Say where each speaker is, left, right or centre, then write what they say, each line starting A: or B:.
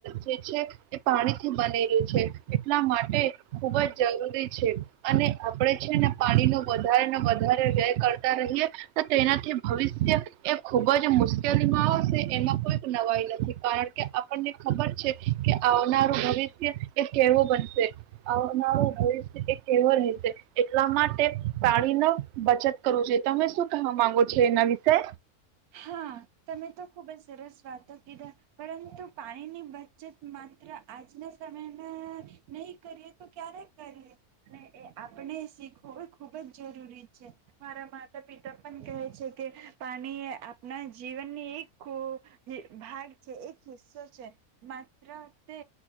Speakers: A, on the right (about 65°); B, on the right (about 80°).
A: જે છે એ પાણીથી બનેલું છે. એટલા માટે ખૂબ જ જરૂરી છે અને આપણે છે ને પાણીનો વધારેને વધારે વ્યય કરતા રહીએ તો તેનાથી ભવિષ્ય એ ખુબ જ મુશ્કેલીમાં આવશે. એમાં કોઈક નવાઈ નથી કારણ કે, આપણને ખબર છે કે આવનારું ભવિષ્ય એ કેવો બનશે, આવનારું ભવિષ્ય એ કેવો રહેશે એટલા માટે પાણી ન બચત કરવો જોયે. તમે શું કહેવા માંગો છો એના વિશે?
B: હા, તમે તો ખુબ જ સરસ વાતો કીધા. પરંતુ, પાણીની બચત માત્ર આજના સમયમાં નહી કરીએ તો ક્યારે કરીએ અને એ આપણે શીખવું ખુબ જ જરૂરી છે. મારા માતા પિતા પણ કહે છે કે, પાણીએ આ આપના જીવનની એક ખુ જ ભાગ છે. એક હિસ્સો છે. માત્ર તે